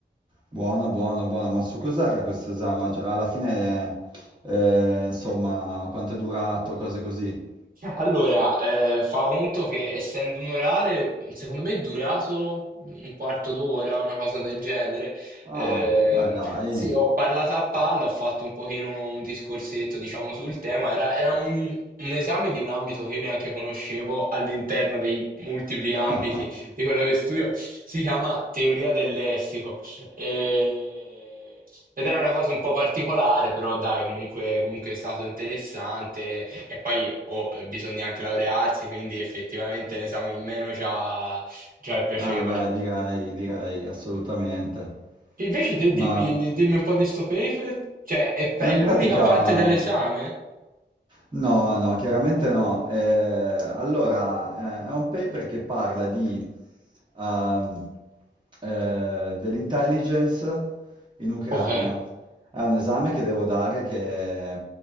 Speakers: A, on the right; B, on the right.
A: buono, buono, buono. Ma su cos'era questo esame? Cioè, alla fine, eh, insomma, quanto è durato, cose così.
B: Allora, eh, fa conto che essendo un orale, secondo me è durato un quarto d'ora, una cosa del genere.
A: Ah,
B: Ehm,
A: beh, dai.
B: sì, ho parlato a palla, ho fatto un pochino un discorsetto, diciamo, sul tema. Era, era un, un esame di un ambito che io neanche conoscevo all'interno dei multipli ambiti
A: <laughs>
B: di quello che studio. Si chiama teoria del lessico. E- Ed era una cosa un po' particolare, però dai, comunque, comunque è stato interessante. E poi oh, bisogna anche laurearsi, quindi effettivamente l'esame in meno già, già è piacevole.
A: Ah, beh, direi, direi, assolutamente.
B: Invece te
A: Ma...
B: dimmi, dimmi un po' di sto paper, cioè è, è
A: Ma in
B: l'unica
A: pratica...
B: parte dell'esame?
A: No, no, chiaramente no. Eh, allora, eh, è un paper che parla di, ehm, eh, dell'intelligence in Ucraina.
B: Ok,
A: È un esame che devo dare che